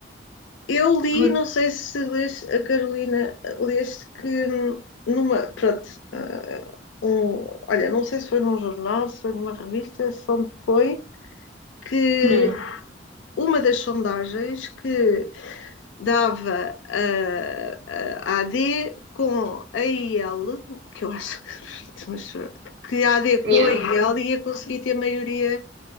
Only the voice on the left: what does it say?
Eu li,
não sei se leste, a Carolina, leste que hum, numa, pronto, ah, um, olha, não sei se foi num jornal, se foi numa revista, se onde foi, que
uma das sondagens que dava ah, a AD com a IL, que eu acho que, <laughs> mas pronto, que a AD
com a IL ia conseguir ter maioria